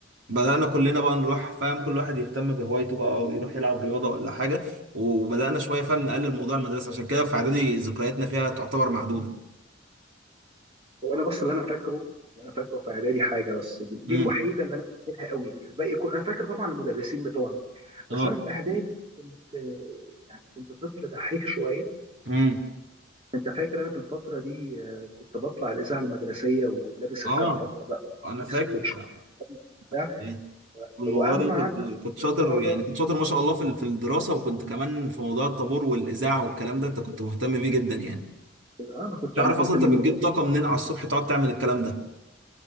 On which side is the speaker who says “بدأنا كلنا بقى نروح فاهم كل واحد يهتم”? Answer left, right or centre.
Right